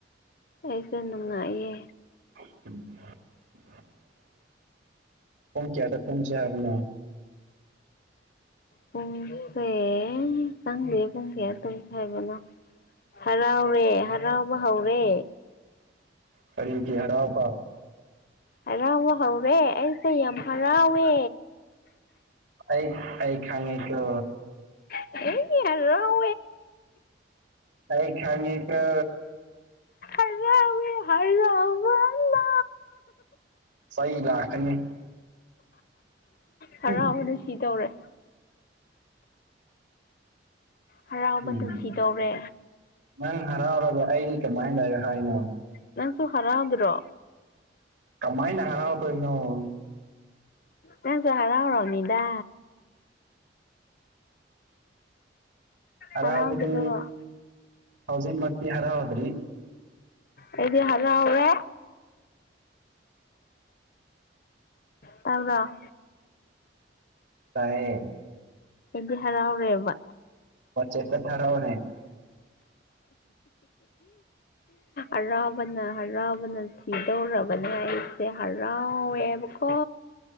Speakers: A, on the left; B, on the right.
A: ꯑꯩꯁꯨ ꯅꯨꯡꯉꯥꯏꯌꯦ
B: <unintelligible> ꯄꯨꯡ ꯀꯌꯥꯗ ꯇꯨꯡꯆꯦ ꯍꯥꯏꯕꯅꯣ
A: ꯄꯨꯡꯁꯦ ꯈꯪꯗꯦ ꯄꯨꯡ ꯀꯌꯥ ꯇꯨꯝ ꯆꯦ ꯍꯥꯏꯕꯅꯣ ꯍꯔꯥꯎꯔꯦ ꯍꯔꯥꯎꯕ ꯍꯧꯔꯦ
B: ꯀꯔꯤꯀꯤ ꯍꯔꯥꯎꯄꯥ
A: ꯍꯔꯥꯎꯕ ꯍꯧꯔꯦ ꯑꯩꯁꯦ ꯌꯥꯝ ꯍꯔꯥꯎꯋꯦ
B: ꯑꯩ ꯑꯩ ꯈꯪꯉꯦ ꯀꯣ
A: <unintelligible>
B: ꯑꯩ ꯈꯪꯉꯤꯀꯣ
A: ꯍꯥꯔꯥꯎꯋꯦ ꯍꯥꯔꯥꯎꯕꯅ
B: ꯆꯩ ꯂꯥꯛꯀꯅꯤ
A: ꯍꯔꯥꯎ
B: ꯎꯝ
A: ꯋꯥꯅ ꯁꯤ ꯗꯧꯔꯦ ꯍꯔꯥꯎꯕ
B: ꯎꯝ
A: ꯅ ꯁꯤꯗꯧꯔꯦ
B: ꯅꯪ ꯍꯔꯥꯎꯔꯒ ꯑꯩꯗꯤ ꯀꯃꯥꯏꯅ ꯂꯩ ꯍꯥꯏꯅꯣ
A: ꯅꯪꯁꯨ ꯍꯔꯥꯎꯗ꯭ꯔꯣ
B: ꯀꯃꯥꯏꯅ ꯍꯔꯥꯎꯗꯣꯏꯅꯣ
A: ꯅꯪꯁꯨ ꯍꯔꯥꯎꯔꯧꯅꯤꯗꯥ
B: ꯍꯔꯥꯎꯕꯗꯤ
A: ꯍꯔꯥꯎꯗ꯭ꯔꯣ
B: ꯍꯧꯖꯤꯛ ꯃꯛꯇꯤ ꯍꫪꯥꯎꯗ꯭ꯔꯤ
A: ꯑꯩꯗꯤ ꯍꫪꯥꯎꯔꯦ ꯇꯥꯕꯔ꯭ꯑꯣ
B: ꯇꯥꯏꯌꯦ
A: ꯗꯤ ꯍꯔꯥꯎꯔꯦꯕ
B: ꯋꯥꯆꯦꯞꯇ ꯊꯥꯔꯛꯑꯣꯅꯦ
A: ꯑꯔꯥꯎꯕꯅ ꯍꯔꯥꯎꯕꯅ ꯁꯤꯗꯧꯔꯕꯅꯦ ꯑꯩꯁꯦ ꯍꯔꯥꯎꯋꯦꯕꯀꯣ